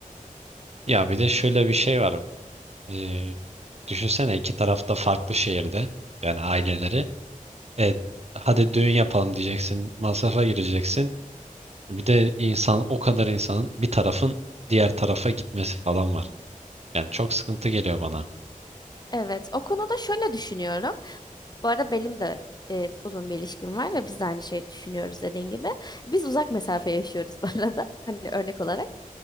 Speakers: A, on the right; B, on the left.
A: Ya bir de şöyle bir şey var. Ee, düşünsene iki tarafta farklı şehirde yani aileleri. E, hadi düğün yapalım diyeceksin. Masrafa gireceksin. Bir de insan o kadar insanın bir tarafın diğer tarafa gitmesi falan var. Yani çok sıkıntı geliyor bana.
B: Evet, o konuda şöyle düşünüyorum. Bu arada benim de e, uzun bir ilişkim var ve biz de aynı şeyi düşünüyoruz dediğin gibi. Biz uzak mesafe yaşıyoruz bu arada. <laughs> Hani örnek olarak